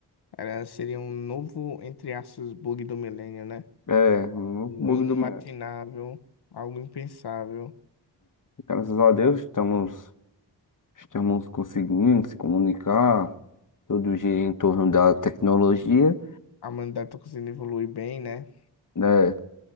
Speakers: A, on the left; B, on the left.
A: Era, seria um novo, entre aspas, bug do milênio, né?
B: É, um
A: O
B: bug
A: inimaginável,
B: do meu.
A: algo impensável.
B: Graças a Deus, estamos, estamos conseguindo se comunicar, tudo gira em torno da tecnologia,
A: A humanidade está conseguindo evoluir bem, né?
B: né?